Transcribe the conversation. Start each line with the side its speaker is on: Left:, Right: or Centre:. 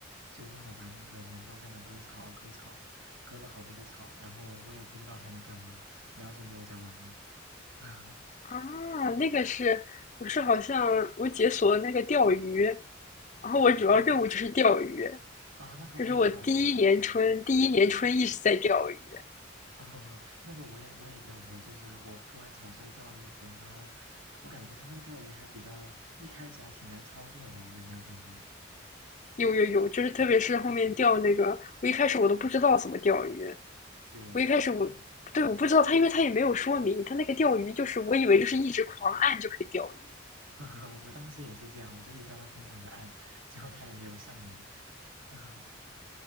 Right: 就弄了把那个镰刀在那割草，割草，割了好多的草，然后我也不知道还能干嘛，然后就没有再玩了。<laughs>
Left: <laughs> 啊，那个是我是好像我解锁了那个钓鱼，然后我主要任务就是钓鱼，
Right: 哦，啊，那个我也掉过，
Left: 就是我第一年春第一年春一直在钓鱼，
Right: 嗯。啊、<laughs> 那个我也我也钓过，就是我割完草之后钓了一会儿，然后我感觉他那个钓鱼还比较，一开始还挺难操作的，有没有感觉？
Left: 有有有，就是特别是后面钓那个，
Right: 嗯，
Left: 我一开始我都不知道怎么钓鱼。
Right: 对，
Left: 我一开始我对我不知道他，
Right: 我，嗯，
Left: 因为他也没有说明，他那个钓鱼就是我以为就是一直狂按就可以钓鱼，
Right: <laughs> 我当时也是这样，我就一直在那疯狂的按，<laughs> 结果他也没有上来，<laughs> 嗯、